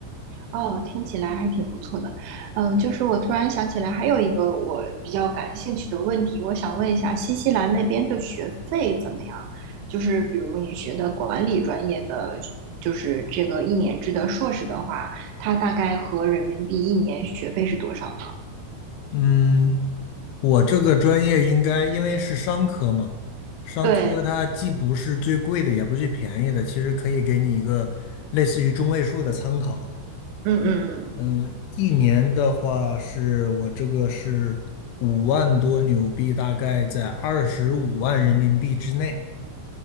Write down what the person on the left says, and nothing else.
嗯，我这个专业应该因为是商科嘛，商科它既不是最贵的，
也不是最便宜的，其实可以给你一个类似于中位数的参考。
嗯，一年的话是我这个是五万多纽币，大概在二十五万人民币之内。